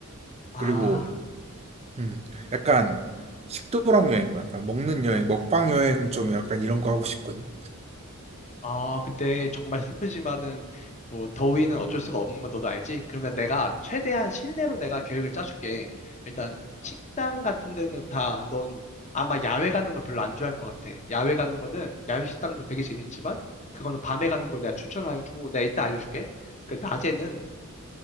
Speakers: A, on the left (about 30°); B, on the right (about 30°).
A: 아.
B: 그리고 음 약간 식도락 여행, 뭐 약간 먹는 여행, 먹방 여행 좀 약간 이런 거 하고 싶거든.
A: 아, 근데 정말 슬프지만은 뭐 더위는 어쩔 수가 없는 건 너도 알지? 그러면 내가 최대한 실내로 내가 계획을 짜줄게. 일단 식당 같은 데는 다 넌 아마 야외 가는 걸 별로 안 좋아할 것 같아. 야외 가는 거는 야외 식당도 되게 재밌지만 그거는 밤에 가는 걸 내가 추천하고 내가 이따 알려줄게. 그 낮에는